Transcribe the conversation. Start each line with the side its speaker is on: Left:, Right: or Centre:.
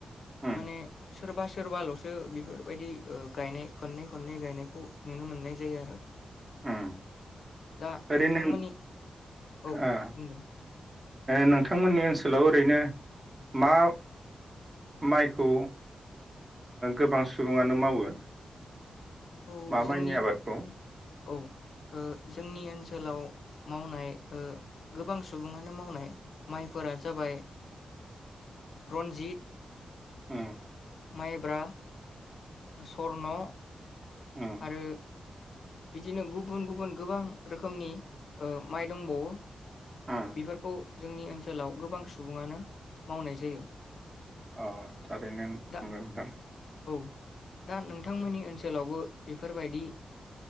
Right: उम
Left: माने सोरबा सोरबाल'सो बेफोरबायदि गायनाय खननै खननै गायनायखौ नुनो मोननाय जायो आरो
Right: उम
Left: दा
Right: ओरैनो
Left: नोंथांमोननि औ
Right: आ
Left: बुंदों
Right: नोंथांमोननि ओनसोलाव ओरैनो मा माइखौ गोबां सुबुङानो मावो
Left: औ
Right: मा
Left: जोंनि
Right: माइनि आबादखौ
Left: औ जोंनि ओनसोलाव मावनाय गोबां सुबुङानो मावनाय माइफोरा जाबाय रन्जित
Right: अम <inaudible>
Left: माइब्रा स्वर्न
Right: उम
Left: आरो बिदिनो गुबुन गुबुन गोबां रोखोमनि माइ दंबावो
Right: उम
Left: बेफोरखौ जोंनि ओनसोलाव गोबां सुबुङानो मावनाय जायो
Right: अ थारैनो नंगौ
Left: दा
Right: नोंथां
Left: औ दा नोंथांमोननि ओनसोलावबो बेफोरबायदि